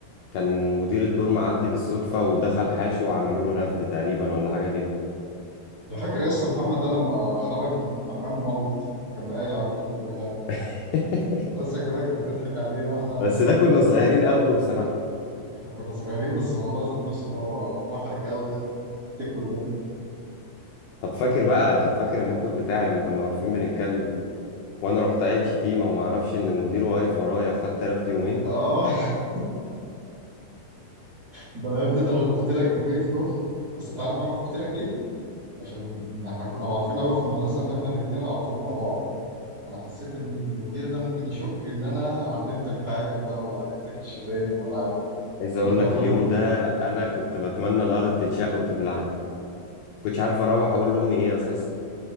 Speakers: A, on the left; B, on the right.
A: وكان مدير الدور معدي بالصدفة ودخل حاشي وعملوا له رفد تقريبا ولا حاجة كده
B: أنا فاكر يا اسطى محمد ده لما خرج من الحمام ملط كنا قايل على هدومه كلها
A: <laughs>
B: المدرسة كلها كانت بتضحك عليه واحنا
A: بس ده كنا صغيرين قوي بصراحة
B: احنا كنا صغيرين بس الموضوع ذات نفسه اللي هو محرج قوي يعني لما بتفتكره كده
A: طب فاكر بقى طب فاكر الموقف بتاعي لما كنا واقفين بنتكلم وانا رحت قايل شتيمة وما اعرفش ان المدير واقف ورايا وخدت رفد يومين
B: اه <laughs> ده انا يا ابني ده انا خفت لك كمية خوف بس انت عارف انا خفت لك ليه؟ عشان احنا كنا معروفين قوي في المدرسة ان احنا الاتنين على طول مع بعض انا حسيت ان المدير ده ممكن يشك ان انا علمتك حاجه بقى ولا علمتك الشتايم ولا حاجه ف...
A: عايز اقول
B: انا كمان
A: لك اليوم
B: هاخد الرفض
A: ده انا كنت بتمنى الارض تتشق وتبلعني كنتش عارف اروح اقول لامي ايه اساسا